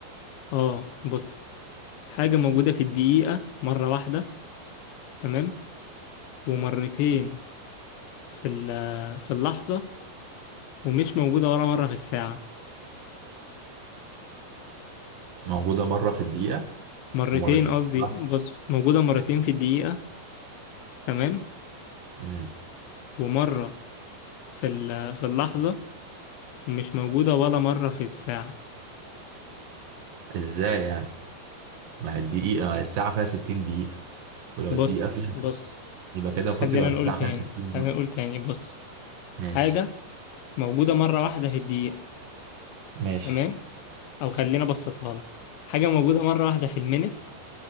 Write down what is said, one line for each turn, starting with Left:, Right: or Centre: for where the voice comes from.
Left: اه بص حاجة موجودة في الدقيقة مرة واحدة تمام ومرتين في ال- في اللحظة ومش موجودة ولا مرة في الساعة
Right: موجودة مرة في الدقيقة
Left: مرتين
Right: ومرتين
Left: قصدي
Right: في اللحظة
Left: بص موجودة مرتين في الدقيقة تمام
Right: امم
Left: ومرة في ال- في اللحظة ومش موجودة ولا مرة في الساعة
Right: ازاي يعني ما هي الدقيقة ما هي الساعة فيها 60 دقيقة ولو
Left: بص
Right: الدقيقة فيها
Left: بص
Right: يبقى كده المفروض
Left: خلينا
Right: يبقى في
Left: نقول
Right: الساعة
Left: تاني
Right: فيها 60 مرة
Left: خلينا نقول تاني بص
Right: ماشي
Left: حاجة موجودة مرة واحدة في الدقيقة
Right: ماشي
Left: تمام أو خلينا بسطها لك حاجة موجودة مرة واحدة في المينت